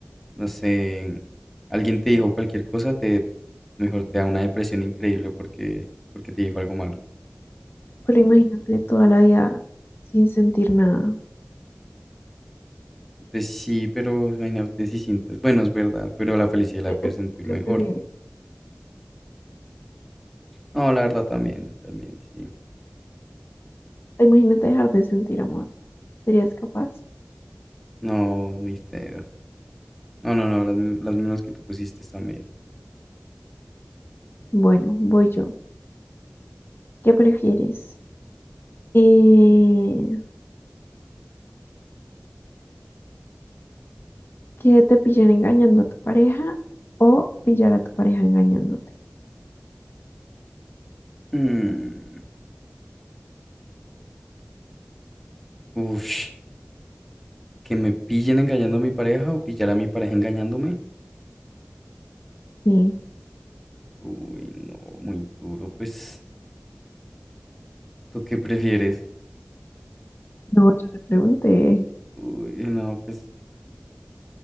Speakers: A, in the centre; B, on the left.
A: no sé, alguien te dijo cualquier cosa, te mejor te da una depresión increíble porque porque te dijo algo malo.
B: Pero imagínate toda la vida sin sentir nada.
A: Pues sí, pero imagínate si sientes, bueno, es verdad, pero la felicidad la
B: ¿E-
A: puedes
B: es
A: sentir
B: lo
A: mejor.
B: que prefieres?
A: No, la verdad también, también, sí.
B: Imagínate dejar de sentir amor. ¿Serías capaz?
A: No, muy feo. No, no, no, las, mi- las mismas que tú pusiste también.
B: Bueno, voy yo. ¿Qué prefieres? Eh, ¿que te pillen engañando a tu pareja o pillar a tu pareja engañándote?
A: Mm, ush, que me pillen engañando a mi pareja o pillar a mi pareja engañándome.
B: Sí.
A: Uy, no, muy duro. Pues, ¿tú qué prefieres?
B: No, yo te pregunté.
A: Uy, no, pues